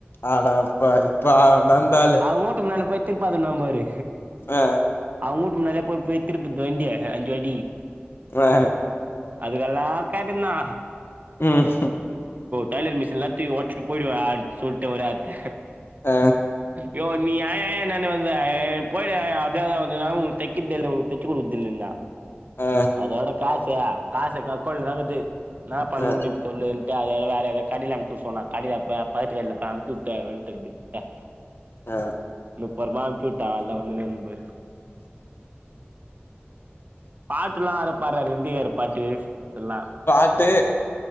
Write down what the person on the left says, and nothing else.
அடப்பா இப்ப அவன் அந்த ஆளு
ஆ
அ
ம்
அ
ஆ
ஆ ஆ
அ
பாட்டு